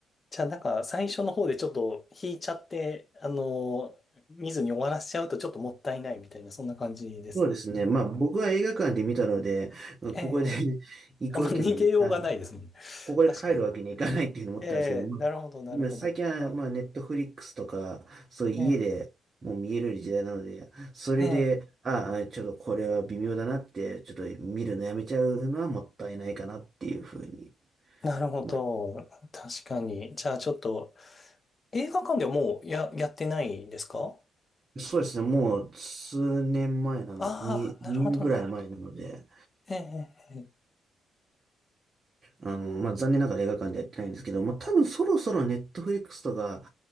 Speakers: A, on the left; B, on the right.
A: じゃあ、なんか、最初の方でちょっと引いちゃって、あのー見ずに終わらせちゃうとちょっともったいないみたいな、そんな感じです。
B: そうですね。まあ、僕は映画館で見たので、
A: ええ、
B: ここで
A: ええ
B: <laughs> 行くわけに、
A: あんま逃げようがないですもんね。
B: あのここで帰るわけにいかないっていうふうに思ったんですけど、
A: 確かに。ええ、
B: まあ、
A: なるほど、なるほど。
B: まあ最近は、
A: あ
B: まあ、ネットフリックスとか、そういう家でもう見える時代なので、
A: ーえ
B: それで、
A: え、ええ。
B: ああ、ちょっとこれは微妙だなって、ちょっと見るのやめちゃうのはもったいないかなっていうふうに
A: なるほど。
B: 思いま
A: 確かに。じゃあちょっと、映画館ではもうや、やってないんですか
B: す。そうですね、もう数年前なの、
A: ああー、
B: 2、年ぐらい前なので、
A: なるほど、なるほど。ええ、ええええ
B: あの、まあ、残念ながら映画館でやってないんですけど、まあ、多分そろそろネットフリックスとか、